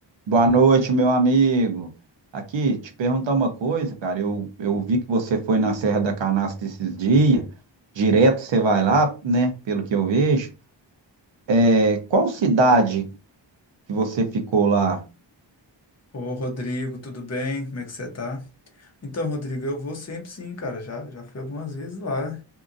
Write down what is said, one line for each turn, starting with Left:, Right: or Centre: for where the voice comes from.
Right: Boa noite, meu amigo. Aqui, te perguntar uma coisa, cara. Eu, eu vi que você foi na Serra da Canastra esses dias. Direto você vai lá, né? Pelo que eu vejo. É, qual cidade que você ficou lá?
Left: Ô, Rodrigo, tudo bem? Como é que você tá? Então, Rodrigo, eu vou sempre sim, cara. Já, já fui algumas vezes lá.